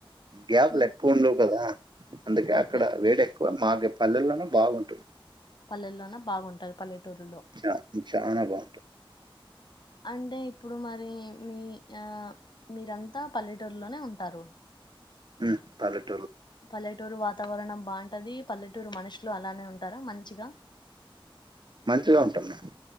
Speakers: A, on the right; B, on the left.
A: గ్యాప్లు
B: ఉమ్
A: ఎక్కువ ఉండవు కదా అందుకే
B: ఓకే
A: అక్కడ వేడి ఎక్కువ మాకు పల్లెల్లోనే బాగుంటుంది
B: పల్లెల్లోన బాగుంటది పల్లెటూరులో
A: చా చానా బావుంటుంది.
B: అంటే ఇప్పుడు మరి మీ ఆ మీరంతా పల్లెటూరులోనే ఉంటారు
A: మ్మ్ <unintelligible>
B: పల్లెటూరు వా తావరణం బాంటది. పల్లెటూరు మనుషులు అలానే ఉంటారు మంచిగా
A: మంచిగా ఉంటాం మేము